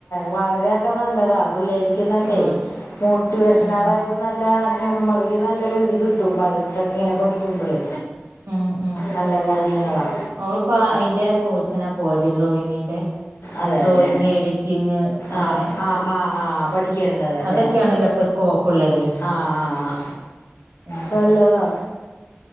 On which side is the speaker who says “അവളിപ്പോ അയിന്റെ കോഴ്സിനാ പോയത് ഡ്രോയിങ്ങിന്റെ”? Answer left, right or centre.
Right